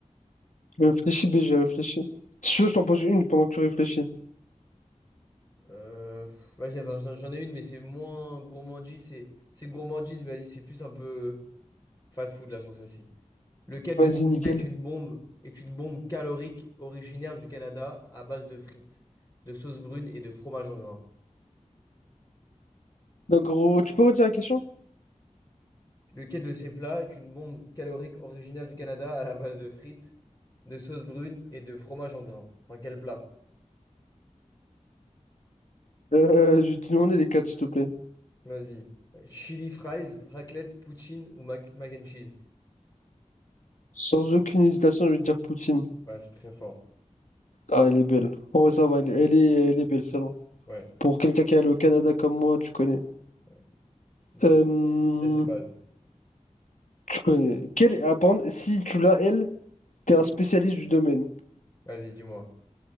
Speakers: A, on the left; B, on the left.
A: Réfléchis, BG, réfléchi. Si tu veux, je t'en pose une pendant que tu réfléchis.
B: Euh, pff, Vas-y, attends, j'en j'en ai une, mais c'est moins gourmandise. C'est c'est gourmandise, mais vas-y, c'est plus un peu fast-food là sur ceci. Lequel
A: Vas-y,
B: de ces
A: nickel.
B: plats est une bombe, est une bombe calorique originaire du Canada à base de frites, de sauce brune et de fromage en grains?
A: Donc, gros, tu peux redire la question?
B: Lequel de ces plats est une bombe calorique originaire du Canada à la base de frites, de sauce brune et de fromage en grains? Enfin, quel plat?
A: Euh, je vais te demander les quatre, s'il te plaît.
B: Vas-y. Chili fries, raclette, poutine ou mac, mac and cheese?
A: Sans aucune hésitation, je vais te dire Poutine.
B: Ouais, c'est très fort.
A: Ah, elle est belle. Oh, ça va, elle, elle est, elle est belle, celle-là.
B: Ouais,
A: Pour quelqu'un qui est allé au Canada comme moi, tu connais.
B: ouais. Il
A: Euh,
B: il a ses bases.
A: Tu connais. Quelle... apparemment, si tu l'as, elle, t'es un spécialiste du domaine.
B: Vas-y, dis-moi.